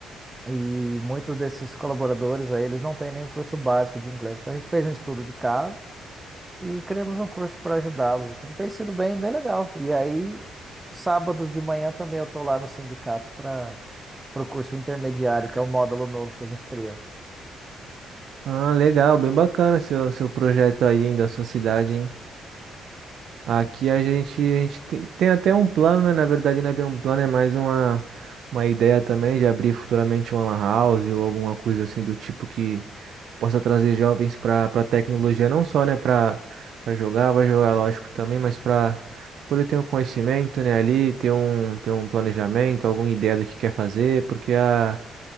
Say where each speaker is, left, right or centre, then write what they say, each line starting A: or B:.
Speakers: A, on the right; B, on the right.
A: E muitos desses colaboradores aí, eles não têm nem o curso básico de inglês. Então a gente fez um estudo de caso e criamos um curso para ajudá-los, assim. Tem sido bem, bem legal. E aí, sábados de manhã também eu tô lá no sindicato para o curso intermediário, que é o módulo novo que a gente criou.
B: Ah, legal, bem bacana seu seu projeto aí da sua cidade, hein? Aqui a gente, a gente tem, tem até um plano, né? Na verdade, não é bem um plano, é mais uma, uma ideia também de abrir futuramente uma lan house ou alguma coisa assim do tipo que possa trazer jovens para para tecnologia, não só, né, para para jogar, vai jogar, lógico, também, mas para poder ter um conhecimento, né, ali, ter um, ter um planejamento, alguma ideia do que quer fazer, porque a,